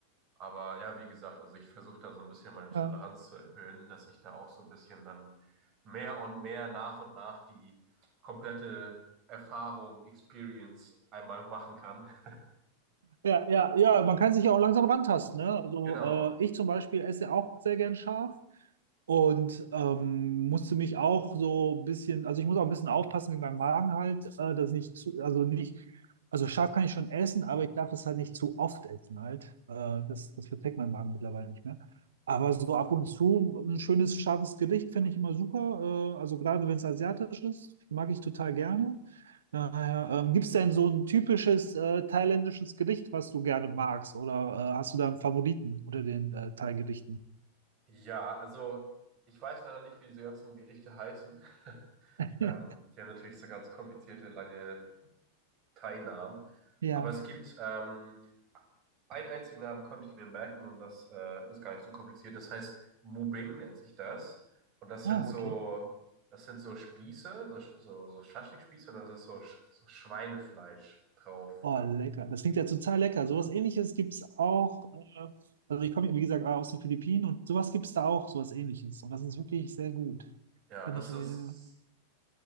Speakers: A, on the right (about 35°); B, on the right (about 65°).
A: Aber ja, wie gesagt, also ich versuche da so ein bisschen meine Toleranz
B: Ja.
A: zu erhöhen, dass ich da auch so ein bisschen dann mehr und mehr nach und nach die komplette Erfahrung, Experience einmal machen kann. <laughs>
B: Ja, ja, ja, man kann sich ja auch langsam rantasten, ne? Also
A: Genau.
B: äh, ich zum Beispiel esse auch sehr gern scharf und ähm, musste mich auch so ein bisschen, also ich muss auch ein bisschen aufpassen mit meinem Magen halt, äh, dass nicht zu, also nicht, also scharf kann ich schon essen, aber ich darf es halt nicht zu oft essen halt. Äh, das, das verträgt mein Magen mittlerweile nicht mehr. Aber so ab und zu ein schönes, scharfes Gericht finde ich immer super. Äh, also gerade wenn es asiatisch ist, mag ich total gerne. Ja, ja. Ähm, gibt es denn so ein typisches äh, thailändisches Gericht, was du gerne magst? Oder äh, hast du da einen Favoriten unter den äh, Thai-Gerichten?
A: Ja, also ich weiß leider nicht, wie diese ganzen Gerichte heißen.
B: <laughs>
A: Ähm, die haben natürlich so ganz komplizierte, lange keinen Namen.
B: Ja.
A: Aber es gibt ähm, einen einzigen Namen, konnte ich mir merken und das äh, ist gar nicht so kompliziert. Das heißt, Mubing nennt sich das. Und das sind
B: Ah,
A: so,
B: okay.
A: das sind so Spieße, so, so, so Schaschlikspieße und das ist so, Sch- so Schweinefleisch drauf.
B: Oh, lecker. Das klingt ja total lecker. Sowas ähnliches gibt es auch. Äh, also ich komme, wie gesagt, aus den Philippinen und sowas gibt es da auch, sowas ähnliches. Und das ist wirklich sehr gut.
A: Ja,
B: Kann
A: das
B: ich,
A: ist,
B: äh,